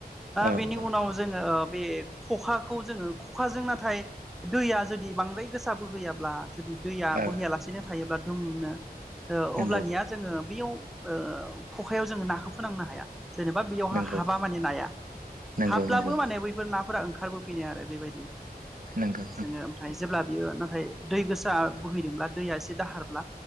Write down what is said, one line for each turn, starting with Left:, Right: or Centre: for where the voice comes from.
Right: औ
Centre: बेनि
Right: औ
Centre: उनाव जोङो बे खखाखौ जोङो खखाजों नाथाय दैया जुदि बांद्राय गोसा बोहैयाब्ला जुदि दैया
Right: औ
Centre: बोहैयालासेनो थायोब्ला दुमनो
Right: नंगौ
Centre: ओ अब्लानिया जोङो बैयाव खखायाव जोङो नाखौ फोनांनो हाया। जेनेबा बेयावहा
Right: नंगौ
Centre: हाबा माने नाया
Right: नंगौ
Centre: हाब्लाबो
Right: नंगौ
Centre: माने बैफोर ना फोरा ओंखारबोफिनो आरो बेबायदि
Right: नंगौ
Centre: जोङो ओमफ्राय जेब्ला बियो नाथाय दै गोसा बोहैदोंब्ला दै से दाहारब्ला